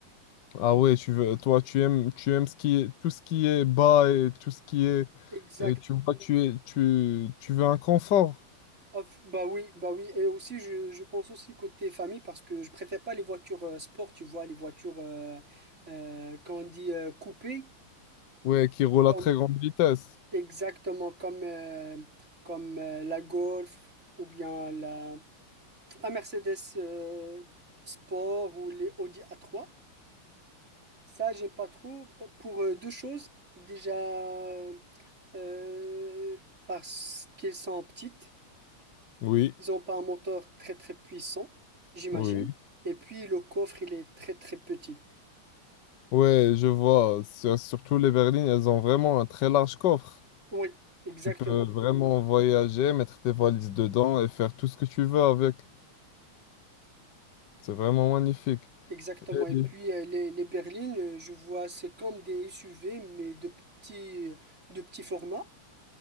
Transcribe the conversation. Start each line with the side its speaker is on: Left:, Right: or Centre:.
Left: Ah ouais, tu veux, toi, tu aimes, tu aimes ce qui est, tout ce qui est bas et tout ce qui est
Right: Exact.
Left: Et tu vois, tu es, tu, tu veux un confort,
Right: Hop, bah oui, bah oui, et aussi je, je pense aussi côté famille parce que je préfère pas les voitures euh, sport, tu vois, les voitures euh, euh, quand on dit euh, coupées,
Left: ouais, qui roule
Right: comme
Left: à très grande vitesse.
Right: exactement comme euh, comme euh, la Golf ou bien la, la Mercedes euh, Sport ou les Audi a trois. Ça, j'aime pas trop b- pour euh, deux choses. Déjà euh, parce qu'elles sont petites.
Left: Oui,
Right: Ils n'ont pas un moteur très très puissant, j'imagine.
Left: oui.
Right: Et puis le coffre, il est très très petit.
Left: Ouais, je vois. Sur- Surtout les berlines, elles ont vraiment un très large coffre.
Right: Oui, exactement.
Left: Tu peux vraiment voyager, mettre tes valises dedans et faire tout ce que tu veux avec. C'est vraiment magnifique.
Right: Exactement.
Left: Et-
Right: Et puis euh, les, les berlines, euh, je vois, c'est comme des SUV, mais de petits, de petits formats,